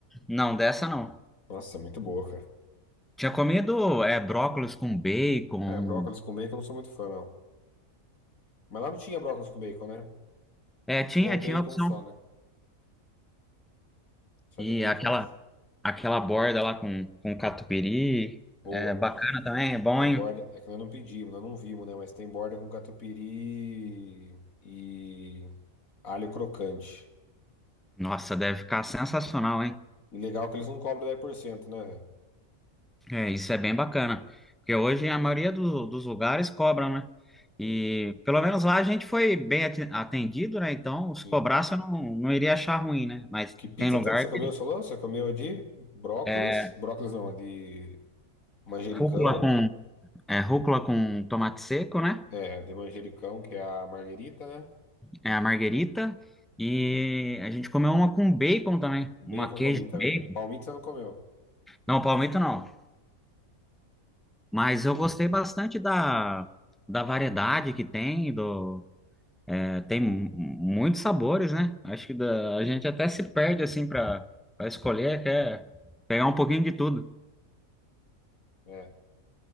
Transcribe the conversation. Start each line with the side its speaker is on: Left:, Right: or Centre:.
Centre: Não, dessa não.
Left: Nossa, é muito boa, cara.
Centre: Tinha comido é, brócolis com bacon.
Left: É, brócolis com bacon eu não sou muito fã, não. Mas lá não tinha brócolis com bacon, né?
Centre: É, tinha,
Left: Tinha bacon
Centre: tinha opção.
Left: só, né? Só
Centre: E
Left: de bacon,
Centre: aquela,
Left: acho.
Centre: aquela borda lá com, com catupiry.
Left: Boa.
Centre: É bacana também, é bom,
Left: Tem
Centre: hein?
Left: borda, é que nós não pedimos, nós não vimos, né? Mas tem borda com catupiry e alho crocante.
Centre: Nossa, deve ficar sensacional, hein?
Left: E legal que eles não cobram 10%, né, velho?
Centre: É, isso é bem bacana, porque hoje a maioria dos, dos lugares cobram, né? E
Left: Sim,
Centre: pelo menos lá a gente foi bem ati- atendido, né? Então, se
Left: sim.
Centre: cobrasse eu não, não iria achar ruim, né? Mas
Left: Que pizza
Centre: tem lugar
Left: tanto você comeu,
Centre: que
Left: você falou? Você comeu a de brócolis,
Centre: é
Left: brócolis não, a de manjericão,
Centre: rúcula com, é rúcula com tomate seco, né?
Left: é, a de manjericão, que é a marguerita, né?
Centre: É a marguerita. E a gente comeu uma com bacon também,
Left: Bacon
Centre: uma queijo
Left: eu comi também.
Centre: bacon.
Left: Palmito você não comeu,
Centre: Não, palmito não. Mas eu gostei bastante da, da variedade que tem, do. Tem mu- muitos sabores, né? Acho que da- a gente até se perde assim para para escolher, quer pegar um pouquinho de tudo.
Left: é.